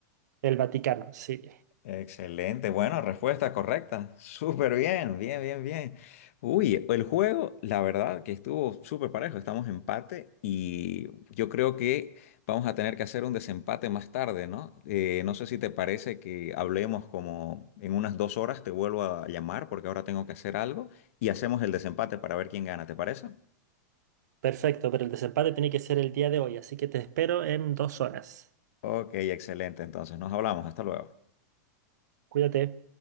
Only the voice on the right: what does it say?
El Vaticano, sí.
Perfecto, pero el desempate tiene que ser el día de hoy, así que te espero en dos horas.
Cuídate.